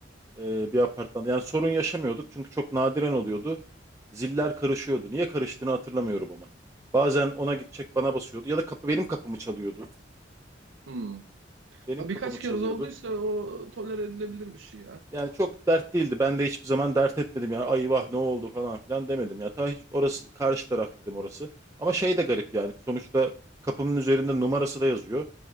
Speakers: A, on the right; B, on the right.
A: e, bir apartmanda. Yani sorun yaşamıyorduk çünkü çok nadiren oluyordu. Ziller karışıyordu. Niye karıştığını hatırlamıyorum ama. Bazen ona gidecek bana basıyordu ya da kapı benim kapımı çalıyordu.
B: Hmm.
A: Benim
B: Ha,
A: kapımı
B: birkaç
A: çalıyordu.
B: kez olduysa o tolere edilebilir bir şey ya.
A: Yani çok dert değildi. Ben de hiçbir zaman dert etmedim ya. Ay vah ne oldu falan filan demedim ya. Ta hiç orası karşı taraf dedim orası. Ama şey de garip yani. Sonuçta kapımın üzerinde numarası da yazıyor.